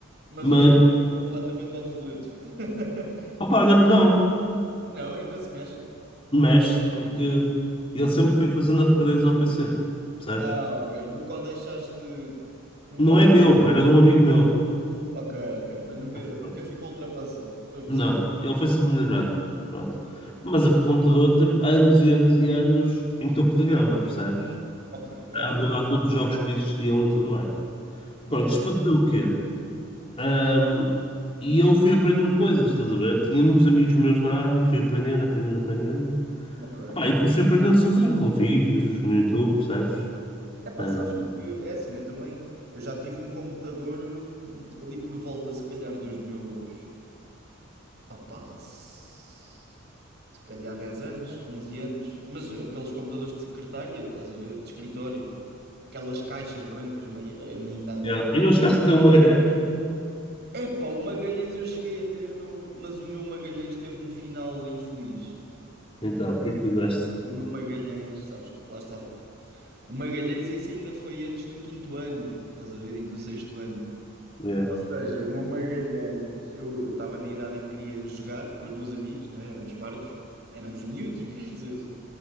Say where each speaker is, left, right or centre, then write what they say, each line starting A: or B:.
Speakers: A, on the right; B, on the left.
A: Mas
B: Mas,
A: hoje em dia é completamente obsoleto. <laughs>
B: opa, olha que não.
A: Não, ainda se mexe.
B: Mexe, porque
A: Claro.
B: ele sempre foi fazendo upgrades ao PC. Sabes?
A: Ah, ok. Nunca o deixaste. Nunca
B: Não
A: o deixaste.
B: é meu, era
A: ir.
B: de um amigo meu.
A: Ok, ok. Mas nunca,
B: Mas
A: nunca
B: pronto.
A: ficou ultrapassado. Estou a perceber.
B: Não, ele foi-se
A: Ok,
B: melhorando. Pronto.
A: Boa.
B: Mas aquele computador teve anos e anos e anos em topo de gama, percebes?
A: Ok, era.
B: A rodar todos os jogos que existiam e tudo mais.
A: Yeah,
B: Pronto,
A: yeah.
B: isto para dizer o quê? Ahm, e eu fui aprendendo coisas, estás a ver? Tinha muitos amigos meus na área, e fui aprendendo, aprendendo, aprendendo.
A: Ok.
B: Opá, e depois fui aprendendo sozinho, com vídeos no YouTube, percebes?
A: É pá,
B: Ahm,
A: sabes, porque é assim, eu também, eu já tive um computador hum, ali por volta, se calhar, dos meus, opá, se se calhar 10 anos, 11 anos, mas aqueles computadores de secretária, estás a ver, de escritório, aquelas caixas brancas, meio, eh, ainda...
B: yeah. E não chegaste a ter um Magalhães?
A: É pá, o Magalhães eu cheguei a ter, meu, mas o meu Magalhães teve um final infeliz.
B: Então, o que é que fizeste?
A: O meu Magalhães, sabes, que lá está... O Magalhães, isso ainda foi antes do quinto ano, estás a ver, e do sexto ano.
B: Yeah.
A: Ou seja, o meu Magalhães, eu estava na idade em que queria jogar com os meus amigos, né? Éramos parvos, éramos miúdos, <laughs> quer dizer.